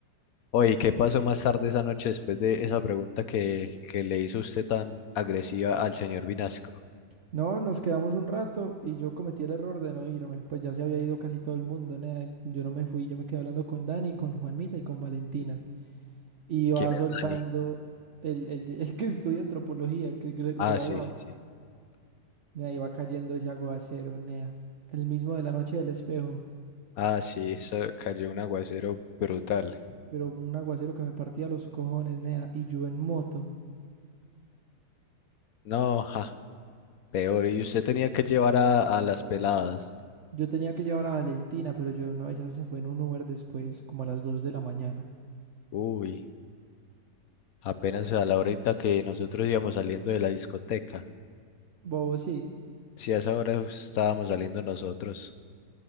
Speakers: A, on the left (about 65°); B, on the right (about 55°).
A: Oye, ¿qué pasó más tarde esa noche después de esa pregunta que, que le hizo usted tan agresiva al señor Vinasco?
B: No, nos quedamos un rato y yo cometí el error de no irme, pues ya se había ido casi todo el mundo, nea, Yo no me fui, yo me quedé hablando con Dani, con Juanmita y con Valentina. y va
A: ¿Quién
B: soltando
A: es Dani?
B: el, el, de- <laughs> el que estudia antropología, el que gra- el
A: Ah,
B: graduado.
A: sí, sí, sí.
B: Nea, iba cayendo ese aguacero, Nea. El mismo de la noche del espejo,
A: Ah, sí, eso cayó un aguacero brutal.
B: pero un aguacero que me partía los cojones, Nea. Y yo en moto.
A: No, jaja, Peor, y usted tenía que llevar a, a las peladas.
B: Yo tenía que llevar a Valentina, pero yo no, ella se fue en un Uber después, como a las dos de la mañana.
A: Uy, apenas a la horita que nosotros íbamos saliendo de la discoteca.
B: Bobo, sí.
A: Si a esa hora estábamos saliendo nosotros.